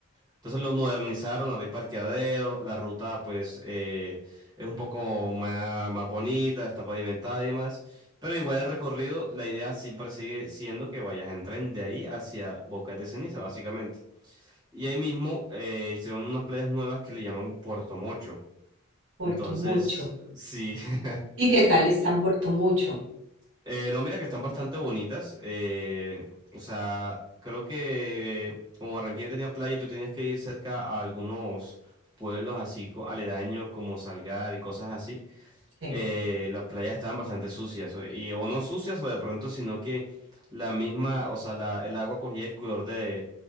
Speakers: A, on the right (about 20°); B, on the right (about 60°).
A: Entonces lo modernizaron, ahora hay parqueadero, la ruta pues eh, es un poco más, más bonita, está pavimentada y demás. Pero igual el recorrido, la idea siempre sigue siendo que vayas en tren de ahí hacia Bocas de Ceniza, básicamente. Y ahí mismo eh, hicieron unas playas nuevas que le llaman Puerto Mocho.
B: Puerto
A: Entonces,
B: Mucho.
A: sí, <laughs>
B: ¿Y qué tal está en Puerto Mucho?
A: Eh, no, mira que están bastante bonitas. eh, o sea, creo que como Barranquilla tenía playa y tú tenías que ir cerca a algunos pueblos así co- aledaños como Salgar y cosas así,
B: Sí.
A: eh, las playas estaban bastante sucias. o- Y, o no sucias o de pronto, sino que la misma, o sea, la- el agua cogía el color de,